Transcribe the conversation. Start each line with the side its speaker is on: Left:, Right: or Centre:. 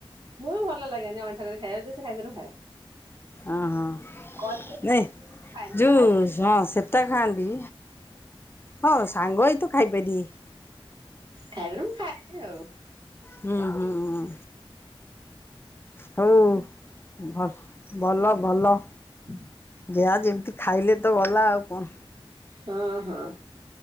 Right: ମୁଁ ବି ଭଲ ଲାଗେନି ଅଇଁଠା କରି ଖାଇବାକୁ ସେ ଖାଇସାଇଲେ ମୁଁ ଖାଏ।
Left: ଓ ହଁ
Right: କହିଲେ
Left: ନାଇ
Right: ମୁଁ ଖାଏନି
Left: ଯୋଉ
Right: ତାଙ୍କ
Left: ହଁ ସେଟା ଖାଆନ୍ତି ହଁ ସାଙ୍ଗ ଏ ତୁ ଖାଇପାରିବି
Right: ଖାଇବାରୁ ମୁଁ ଖାଇବି ଆଉ
Left: ହୁଁ ହୁଁ ହୁଁ। ହଉ ଭ ଭଲ ଭଲ।
Right: <inaudible>
Left: ପିଆଜ ଏମିତି ଖାଇଲେ ତ ଗଲା ଆଉ କଣ
Right: ହଁ ହଁ।